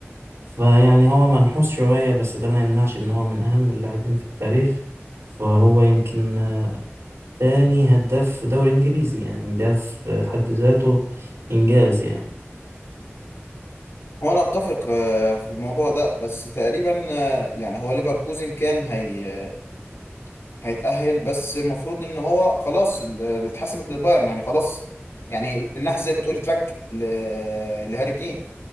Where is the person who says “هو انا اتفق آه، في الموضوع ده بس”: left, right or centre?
Left